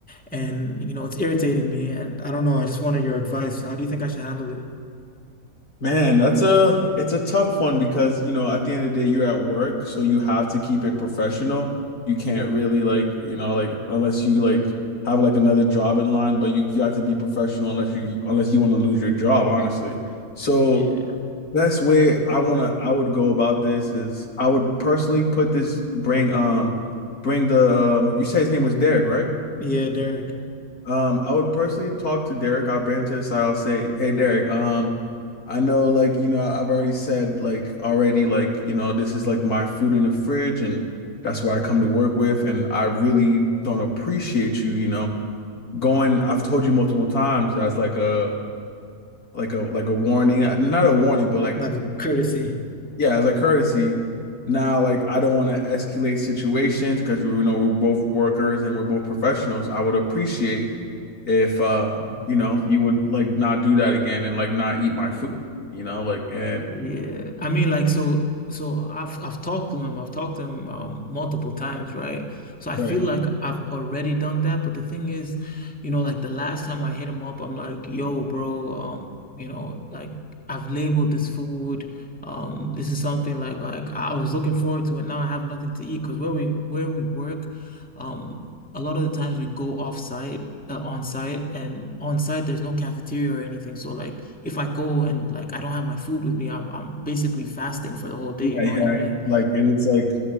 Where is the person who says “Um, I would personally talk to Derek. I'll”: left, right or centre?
Left